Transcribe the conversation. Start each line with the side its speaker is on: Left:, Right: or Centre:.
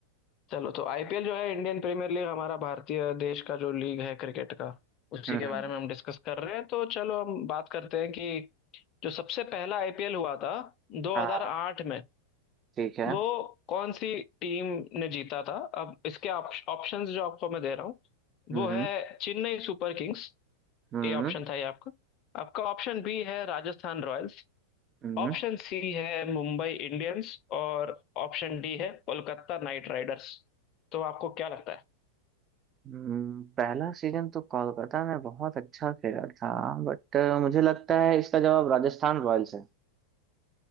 Left: चलो तो आईपीएल जो है इंडियन प्रीमियर लीग हमारा भारतीय देश का जो लीग है क्रिकेट का उसी
Right: हम्म
Left: के बारे
Right: हम्म
Left: में हम डिस्कस कर रहे हैं तो चलो हम बात करते हैं कि जो सबसे पहला आईपीएल हुआ था 2008
Right: हाँ हाँ,
Left: में
Right: ठीक है
Left: वो कौन सी टीम ने जीता था अब इसके ऑप्शंस जो आपको मैं दे रहा हूँ
Right: हम्म
Left: वो है Chennai Super Kings
Right: हम्म
Left: A option था ये आपका आपका ऑप्शन बी है राजस्थान रॉयल्स
Right: हम्म
Left: ऑप्शन
Right: हम्म
Left: सी है मुंबई इंडियंस और ऑप्शन डी है कोलकाता नाइट राइडर्स तो आपको क्या लगता है
Right: हम्म, पहला सीजन तो कोलकाता ने बहुत अच्छा खेला था बट मुझे लगता है इसका जवाब राजस्थान रॉयल्स है